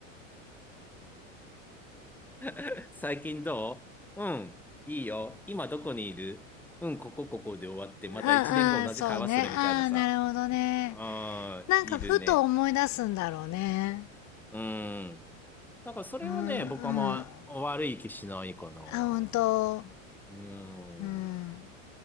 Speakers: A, in the centre; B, on the left.
A: な。<laughs> 最近どううん、いいよ。今どこにいるうん、ここここで終わって、また一年後同じ会話するみたいなさ。
B: うんうん、そうね。ああ、なるほどね。
A: ああ、
B: なんかふと思い出すんだろうね。
A: いるね。うん。なんかそれはね、
B: うんうん。
A: 僕はまあ悪い気しないかな。
B: あ、
A: う
B: ほんと。
A: ーん。
B: うん。